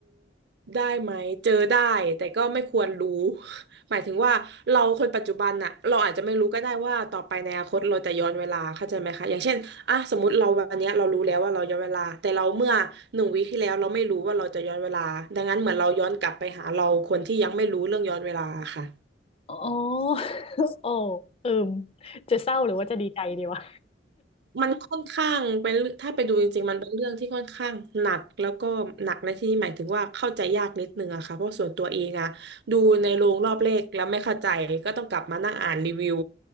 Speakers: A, on the right; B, on the left.
A: ได้ไหมเจอได้แต่ก็ไม่ควรรู้ <laughs> หมายถึงว่าเราคนปัจจุบันน่ะเราอาจจะไม่รู้ก็ได้ว่าต่อไปในอนาคตเราจะย้อนเวลาเข้าใจไหมคะอย่างเช่นอ่ะสมมติเราวันเนี้ยเรารู้แล้วว่าเราย้อนเวลาแต่เราเมื่อหนึ่งวีคที่แล้วเราไม่รู้ว่าเราจะย้อนเวลาดังนั้นเหมือนเราย้อนกลับไปหาเราคนที่ยังไม่รู้เรื่องย้อนเวลาค่ะ
B: อ๋อ <laughs> โอ้เอิมจะเศร้าหรือว่าจะดีใจดีวะ
A: มันค่อนข้างเป็นเรื่องถ้าไปดูจริงๆมันเป็นเรื่องที่ค่อนข้างหนักแล้วก็หนักในที่นี้หมายถึงว่าเข้าใจยากนิดนึงอะค่ะเพราะส่วนตัวเองอะดูในโรงรอบแรกแล้วไม่เข้าใจก็ต้องกลับมานั่งอ่านรีวิว